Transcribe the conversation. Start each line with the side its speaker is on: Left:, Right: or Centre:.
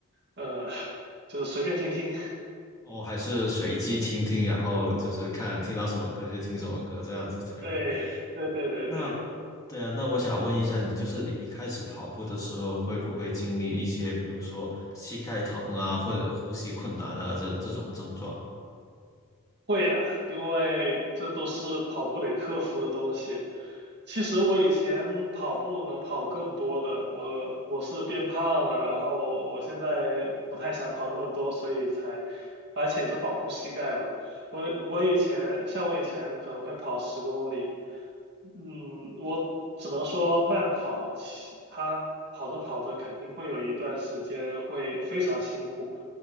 Right: 呃，<laughs> 就是随便听听。
Left: 哦，还是随机听听，然后就是看听到什么歌就听什么歌这样子，
Right: <laughs>
Left: 对吧？
Right: 对，对对对对，
Left: 那对啊，那我想问一下你，就是你一开始跑步的时候，会不会经历一些，比如说膝盖疼啊，或者呼吸困难啊，这这种症状？
Right: 会啊，因为这都是跑步得克服的东西。其实我以前跑步能跑更多的，我我是变胖了，然后我现在不太想跑那么多，所以才，而且是保护膝盖吧。我我以前像我以前可能会跑十公里，嗯，我只能说慢跑，其他跑着跑着肯定会有一段时间会非常辛苦，